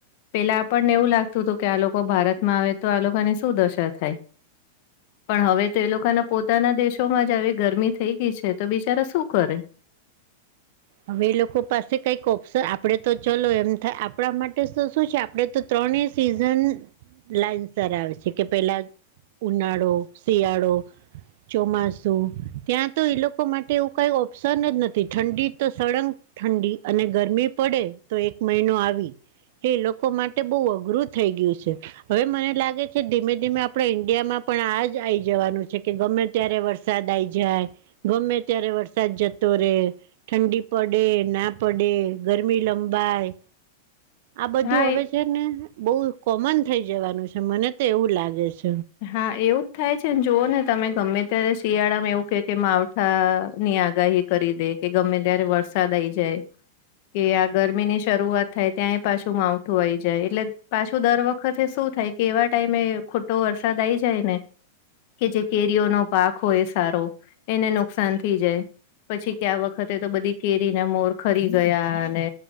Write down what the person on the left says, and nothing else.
પેલા આપણને એવું લાગતું હતું કે, આ લોકો ભારતમાં આવે તો આ લોકોને શું દશા થાય. પણ હવે તો એ લોકોના પોતાના દેશોમાં જ આવી ગરમી થઈ ગઈ છે તો બીજ ચારા શું કરે?
હા
હા, એવું જ થાય છે ને જોઓ ને તમે ગમે ત્યારે શિયાળામાં એવું કે, કે માવઠાની આગાહી કરી દે કે ગમે ત્યારે વરસાદ થઈ જાય. કે આ ગરમીની શરૂઆત થાય ત્યાંય પાછું માવઠું આઈ જાય. એટલે પાછું દર વખતે શું શું થાય કે એવા ટાઈમે ખોટો વરસાદ આઈ જાય ને કે જે કેરીઓનો પાક હોય સારો એને નુકસાન થઈ જાય. પછી ક્યા વખતે તો બધી કેરી ના મોર ખરી ગયા અને